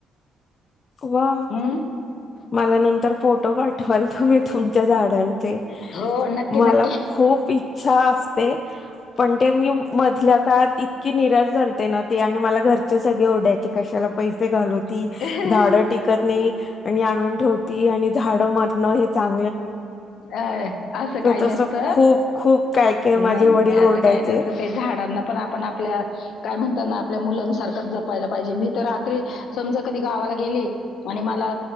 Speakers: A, on the left; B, on the left.
A: वा
B: हम्म.
A: मला नंतर फोटो पाट पण तुम्ही तुमच्या झाडां चे
B: हो नक्की
A: मला
B: नक्की
A: खूप इच्छा असते पण ते मी मधल्या का ती की निराश झालते ना ते आणि मला घर चे सगळे ओरडायचे कशाला पैसे घालवती
B: हम्म.
A: झाडं टिकत नाही आणि आणून ठेवती आणि झाड मरणं हे चांग
B: अ आसं काही
A: तसं
B: नसत
A: खूप खूप काय काय
B: नाही
A: माझे
B: नाही
A: वडील
B: आसं
A: ओरडायचे
B: काही नसत ते झाडांना पण आपण आपल्या काय म्हणताना आपल्या मुलांसारखंच जपायला पाहिजे मी तर रात्री समजा कधी गावाला गेले आणि मला